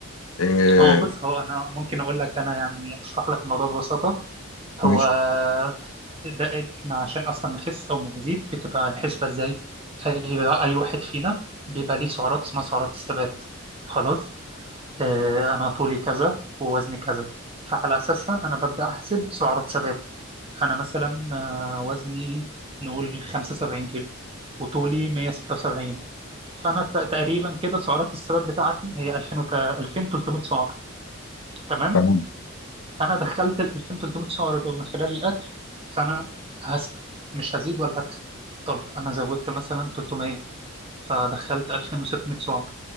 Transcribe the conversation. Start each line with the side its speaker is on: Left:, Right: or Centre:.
Left: إيه
Right: هو بص هو أنا ممكن أقول لك أنا يعني أشرح لك الموضوع ببساطة هو
Left: ماشي
Right: آه، ده إحنا عشان أصلا نخس أو نزيد بتبقى الحسبة إزاي؟ أي أي واحد فينا بيبقى ليه سعرات اسمها سعرات الثبات خلاص آه، أنا طولي كذا ووزني كذا فعلى أساسها أنا ببدأ أحسب سعرات ثباتي أنا مثلا آه، وزني نقول 75 كيلو وطولي 176 فأنا ت- تقريبا كده سعرات الثبات بتاعتي هي 2000 وت- 2300 سعر تمام
Left: تمام
Right: أنا دخلت ال 2300 سعر دول من خلال الأكل فأنا هثبت مش هزيد ولا هدخل طب أنا زودت مثلا 300 فدخلت 2600 سعر